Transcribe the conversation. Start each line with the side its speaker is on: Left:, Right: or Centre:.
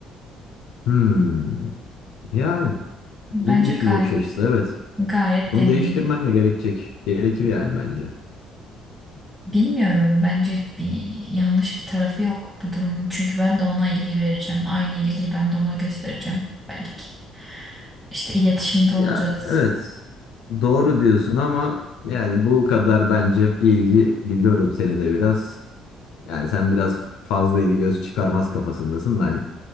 Left: Hmm. Yani
Centre: Bence
Left: ilginç
Centre: gayet
Left: bir bakış açısı evet.
Centre: gayet
Left: Bunu
Centre: dengeli.
Left: değiştirmen de gerekecek. Gerekir yani bence.
Centre: Bilmiyorum. Bence bir yanlış bir tarafı yok bu durumun. Çünkü ben de ona ilgi vereceğim. Aynı ilgiyi ben de ona göstereceğim belki. İşte iletişimde
Left: Ya
Centre: olacağız.
Left: evet. Doğru diyorsun ama yani bu kadar bence ilgi biliyorum seni de biraz. Yani sen biraz fazla ilgi göz çıkarmaz kafasındasın da hani